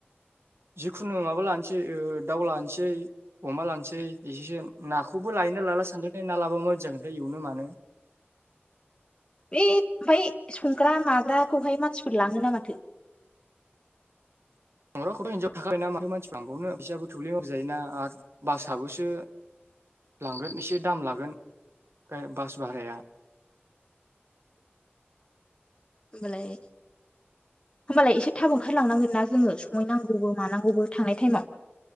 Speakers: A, on the right; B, on the left.
A: जिखुनु माबा लानोसै दाउ लानोसै अमा लानोसै एसेसो नाखौबो लायोना लाला सानदों ना लाबा मा बायदि जागोनथाय एवनो मानो।
B: बे ओमफाय संग्रा माग्राखौहाय मानसिफोर लाङो नो माथो
A: <inaudible> संग्राखौथ' इदियाव थाखायो ना माथो मानसि लांबावनो फैसायाबो थोब्ले माब्ले जायोना आरो बासाबोसो। लांगोन एसे दाम लागोन बास भाराया
B: होमबालाय होमबालाय एसे थाब ओंखारलांनांगोन ना जोङो संहैनांगौबो मानांगौबो थांनाय टाइमाव।